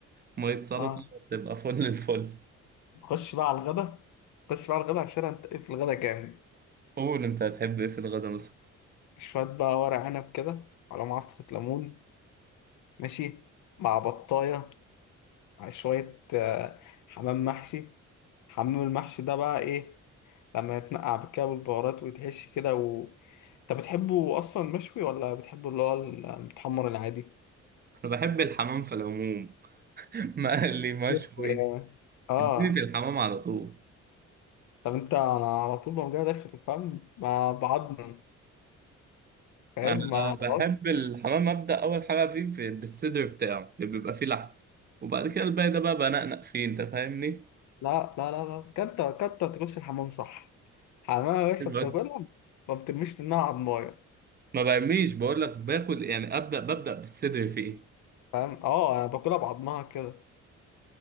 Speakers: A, on the right; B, on the left.
A: مية سلطة
B: اه
A: تبقى فل الفل
B: نخش بقى على الغدا نخش بقى على الغدا عشان هنتقل في الغدا جامد
A: قول أنت هتحب إيه في الغدا مثلا
B: شوية بقى ورق عنب كده على معصرة ليمون ماشي مع بطاية على شوية آه حمام محشي حمام المحشي ده بقى إيه لما يتنقع بالكده والبهارات ويتحشي كده و... انت بتحبه اصلا مشوي ولا بتحبه اللي هو المتحمر العادي <laughs>
A: أنا بحب الحمام في العموم <laughs> مقلي مشوي
B: بص، اه آه.
A: اديني في الحمام على طول
B: طب انت انا على طول ما جاي داخل فاهم ما بعضم فاهم
A: أنا
B: ما خلاص
A: بحب الحمام أبدأ أول حاجة فيه في بالصدر بتاعه اللي بيبقى فيه لحم وبعد كده الباقي ده بقى بنقنق فيه أنت فاهمني
B: لا لا لا لا كنت كنت تخش الحمام صح حمام يا باشا بتاكلها
A: بس
B: ما بترميش منها عضمايه
A: ما بعمليش بقول لك باكل يعني أبدأ ببدأ بالصدر فيه
B: فاهم اه انا باكلها بعضمها كده